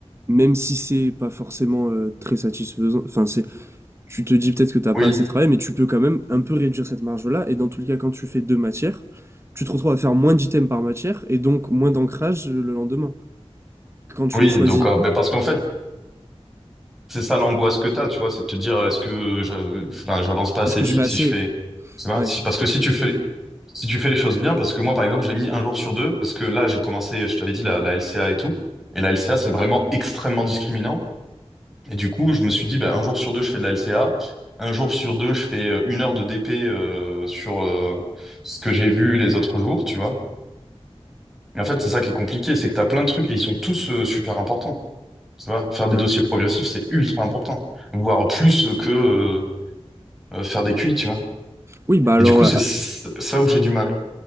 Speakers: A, on the right (about 25°); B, in the centre.
A: même si c'est pas forcément euh, très satisfaisant, enfin, c'est, tu te dis peut-être que t'as
B: Oui.
A: pas assez de travail, mais tu peux quand même un peu réduire cette marge-là, et dans tous les cas, quand tu fais deux matières, tu te retrouves à faire moins d'items par matière, et donc moins d'ancrage euh, le lendemain, quand tu
B: Oui,
A: les choisis.
B: donc, euh, mais parce qu'en fait, c'est ça l'angoisse que t'as, tu vois, c'est de te dire, est-ce que j'a- enfin, j'avance pas assez
A: Est-ce que
B: vite
A: je fais assez?
B: si je fais, tu vois,
A: Ouais,
B: si, parce que si tu fais, les- si tu fais les choses bien, parce que moi, par exemple, j'ai mis un jour sur deux, parce que là, j'ai commencé, je t'avais dit, la, la LCA et tout, et la LCA, c'est vraiment extrêmement discriminant, Et du coup, je me suis dit, bah, un jour sur deux, je fais de la LCA. Un jour sur deux, je fais euh, une heure de DP euh, sur euh, ce que j'ai vu les autres jours, tu vois. Et en fait, c'est ça qui est compliqué, c'est que tu as plein de trucs et ils sont tous euh, super importants. Tu vois, faire des
A: ouais.
B: dossiers progressifs, c'est ultra important, voire plus que euh, euh, faire des QI, tu vois.
A: Oui, bah alors,
B: Et du coup, c'est
A: à,
B: c- ça où j'ai du mal,